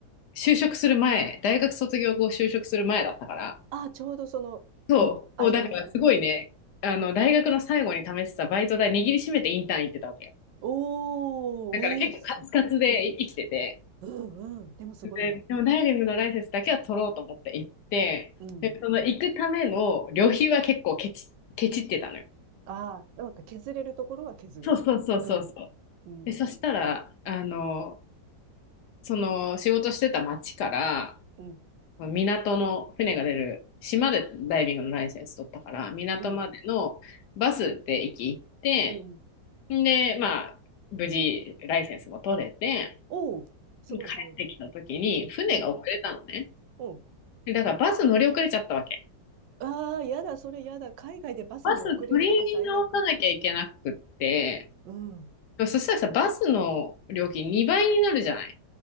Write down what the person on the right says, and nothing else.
あ、ちょうどその、
うん、間ね。
おー、
おー、すごい。うんうん。でもすごいね。
うん。
ああ、なんか削れるところは削る。
うん、うん、
うん、
うん、うん。
おー、すごいすごい。
うん、うん。
ああ、やだ、それやだ。海外でバスに遅れるとか最悪。
うん。